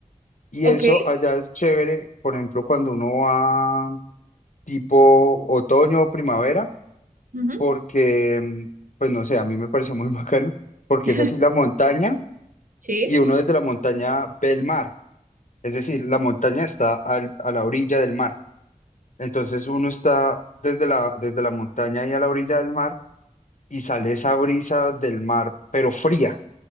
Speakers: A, on the left; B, on the right.
A: Y
B: ok.
A: eso allá es chévere, por ejemplo, cuando uno va tipo otoño o primavera,
B: ujú,
A: porque, mm, pues no sé, a mí me pareció muy <laughs> bacano, porque
B: <laughs>
A: es así la montaña
B: Sí,
A: y uno desde la montaña ve el mar, es decir, la montaña está al- a la orilla del mar, entonces uno está desde la, desde la montaña y a la orilla del mar y sale esa brisa del mar, pero fría,